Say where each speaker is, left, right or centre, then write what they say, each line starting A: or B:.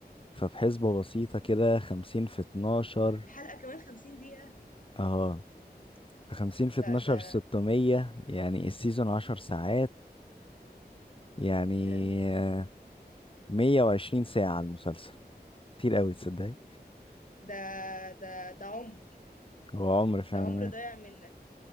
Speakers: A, on the left; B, on the left.
A: فبحسبة بسيطة كده 50 في 12
B: الحلقه كمان خمسين دقيقه
A: اه 50 في
B: لا
A: 12
B: ده
A: 600 يعني السيزون 10 ساعات يعني
B: يا لهوي
A: آه، 120 ساعة على المسلسل كتير قوي تصدقي
B: ده ده ده عمر
A: هو عمر فعلا
B: ده عمر ضايع منك